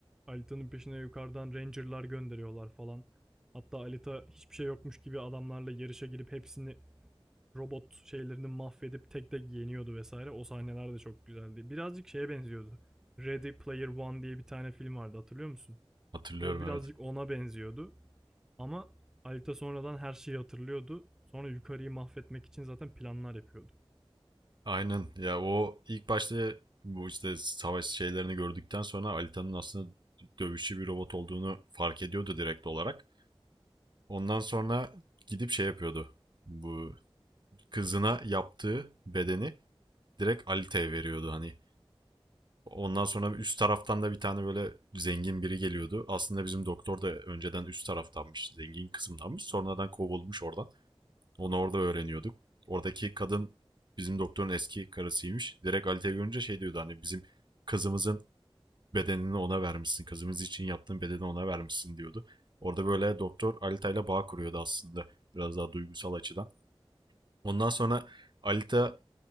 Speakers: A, in the centre; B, on the right (about 50°).
A: Alita'nın peşine yukarıdan Ranger'lar gönderiyorlar falan. Hatta Alita hiçbir şey yokmuş gibi adamlarla yarışa girip hepsini robot şeylerini mahvedip tek tek yeniyordu vesaire. O sahneler de çok güzeldi. Birazcık şeye benziyordu. Ready Player One diye bir tane film vardı hatırlıyor musun?
B: Hatırlıyorum
A: O birazcık
B: evet.
A: ona benziyordu. Ama Alita sonradan her şeyi hatırlıyordu. Sonra yukarıyı mahvetmek için zaten planlar yapıyordu.
B: Aynen ya o ilk başta bu işte savaş şeylerini gördükten sonra Alita'nın aslında dövüşçü bir robot olduğunu fark ediyordu direkt olarak. Ondan sonra gidip şey yapıyordu. Bu kızına yaptığı bedeni direkt Alita'ya veriyordu hani Ondan sonra üst taraftan da bir tane böyle zengin biri geliyordu. Aslında bizim doktor da önceden üst taraftanmış, zengin kısımdanmış. Sonradan kovulmuş oradan. Onu orada öğreniyorduk. Oradaki kadın bizim doktorun eski karısıymış. Direkt Alita'yı görünce şey diyordu hani bizim kızımızın bedenini ona vermişsin. Kızımız için yaptığın bedeni ona vermişsin diyordu. Orada böyle doktor Alita ile bağ kuruyordu aslında. Biraz daha duygusal açıdan. Ondan sonra Alita